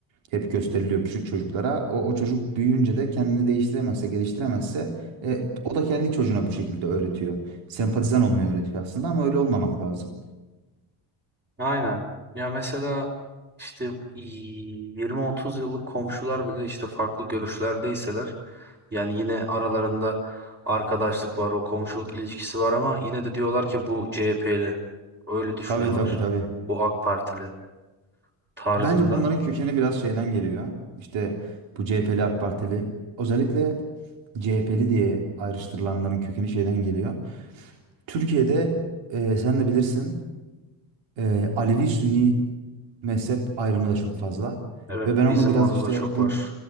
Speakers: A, on the right; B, on the right.
A: hep gösteriliyor küçük çocuklara. O, o çocuk büyüyünce de kendini değiştiremezse, geliştiremezse e, o da kendi çocuğuna bu şekilde öğretiyor. Sempatizan olmayı öğretiyor aslında ama öyle olmamak lazım.
B: Aynen. Ya mesela işte 20-30 yıllık komşular bile işte farklı görüşlerdeyseler yani yine aralarında arkadaşlık var, o komşuluk ilişkisi var ama yine de diyorlar ki bu CHP'li. Öyle düşünüyorlar.
A: Tabii tabii tabii.
B: Bu AK Partili tarzında.
A: Bence bunların kökeni biraz şeyden geliyor. İşte bu CHP'li AK Partili özellikle CHP'li diye ayrıştırılanların kökeni şeyden geliyor. Türkiye'de e, sen de bilirsin e, Alevi-Sünni mezhep ayrımı da çok fazla.
B: Evet,
A: Ve ben onu
B: bizim
A: biraz
B: orada
A: işte
B: da çok
A: bu
B: var.